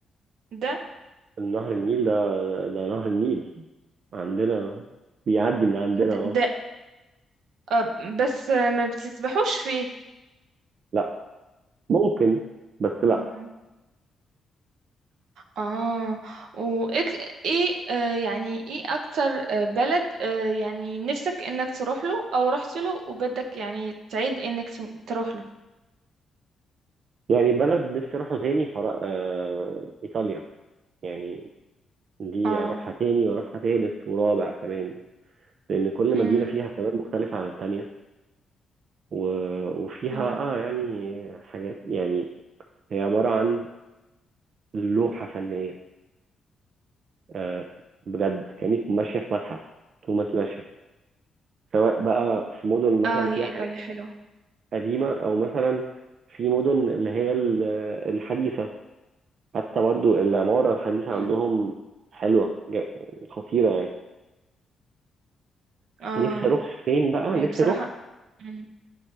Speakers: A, on the right; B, on the right.
A: ده
B: النهر النيل ده ده نهر النيل عندنا بيعدي من عندنا
A: ده,
B: اه
A: ده آه بس آه، ما بتسبحوش فيه
B: لا ممكن بس لا
A: اه آه. وايه ايه آه يعني ايه اكتر آه بلد آه يعني نفسك انك تروح له او رحت له وبدك يعني تعيد انك تم- تروح له
B: يعني بلد نفسي اروحها تاني فر... آه... ايطاليا يعني دي
A: اه
B: اروحها تاني واروحها تالت ورابع كمان لان كل
A: امم
B: مدينه فيها كمان مختلفه عن التانيه و- وفيها
A: اه
B: بقى يعني حاجات يعني هي عبارة عن لوحة فنية آه، بجد كأنك ماشية في متحف طول ما انت ماشية سواء بقى في مدن مثلا
A: اه هي
B: فيها حاجات
A: ايطاليا حلوة
B: قديمة أو مثلا في مدن اللي هي ال- الحديثة حتى برضو العمارة الحديثة
A: مم.
B: عندهم حلوة جا- خطيرة يعني
A: اه
B: نفسي أروح فين بقى
A: هي
B: نفسي
A: بصراحة
B: أروح
A: مم.